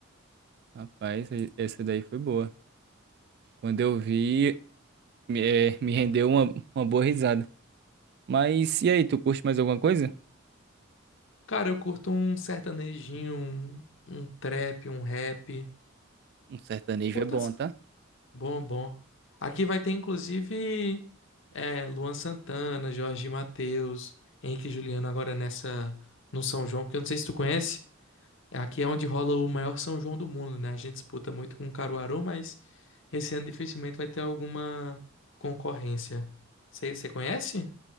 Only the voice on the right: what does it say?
Rapaz, e- essa daí foi boa. Quando eu vi, me, eh, me rendeu uma, uma boa risada. Mas e aí, tu curte mais alguma coisa?
Um sertanejo
é bom, tá?